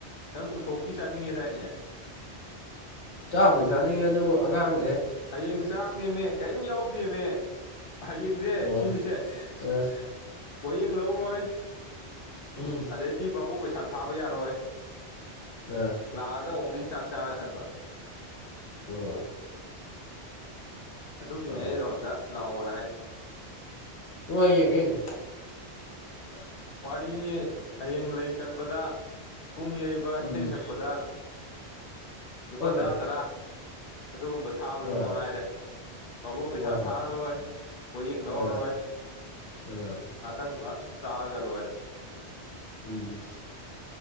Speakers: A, on the left (about 55°); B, on the left (about 75°).
A: ꯅꯪ ꯎꯁꯣꯛꯀꯤ ꯆꯥꯅꯤꯡꯉꯦꯗꯥꯏꯅꯦ
B: ꯆꯥꯕꯗꯤ ꯆꯥꯅꯤꯡꯉꯦ ꯑꯗꯨꯕꯨ ꯑꯉꯥꯡ
A: ꯍꯌꯦꯡ ꯆꯥꯛꯅꯦꯃꯦ ꯀꯔꯤꯝ ꯌꯥꯎꯗꯦꯃꯦ ꯍꯌꯦꯡꯁꯦ
B: ꯑꯣ
A: ꯁꯤꯅꯤꯁꯦ
B: ꯑ
A: ꯍꯌꯦꯡ ꯂꯧꯔꯣꯏ
B: ꯎꯝ
A: ꯑꯗꯩꯗꯤ ꯕꯥꯥꯕꯨ ꯄꯩꯁꯥ ꯊꯥꯕ ꯌꯥꯔꯣꯏ
B: ꯑ
A: ꯂꯥꯛꯑꯒ ꯑꯣꯡꯂꯤ ꯆꯥꯛ ꯆꯥꯔꯍꯟꯕ
B: ꯑꯣ
A: ꯑꯗꯨꯒꯤꯅꯦ
B: ꯑꯣ
A: ꯑꯩ ꯅꯉꯣꯟꯗ ꯂꯥꯛꯑꯣꯅ ꯍꯥꯏꯁ
B: ꯑꯣ ꯑꯏꯌꯦꯒꯦꯅꯤ
A: ꯋꯥꯔꯤꯅꯤ ꯍꯌꯦꯡ ꯂꯩ ꯀꯠꯄꯗ ꯄꯨꯡ ꯌꯩꯕ
B: ꯎꯝ
A: ꯏꯁꯩ
B: ꯎꯝ
A: ꯁꯛꯄꯗ ꯂꯨꯄꯥ
B: ꯍꯣꯏ
A: ꯇꯔꯥ
B: ꯃꯦ
A: ꯇꯔꯥ ꯑꯗꯨꯒꯨꯝꯕ ꯊꯥꯕꯗꯨ
B: ꯑꯥ
A: ꯃꯉꯥꯏꯔꯦ ꯥꯕꯣꯛ ꯄꯩꯁꯥ
B: ꯍꯣꯏ ꯍꯣꯏ
A: ꯊꯥꯔꯔꯣꯏ ꯄꯣꯌꯦꯡ ꯂꯧꯔꯔꯣꯏ
B: ꯑꯥ ꯑꯥ
A: ꯑꯇꯪꯕ ꯆꯥꯔꯒ ꯂꯣꯏꯔꯦ
B: ꯎꯝ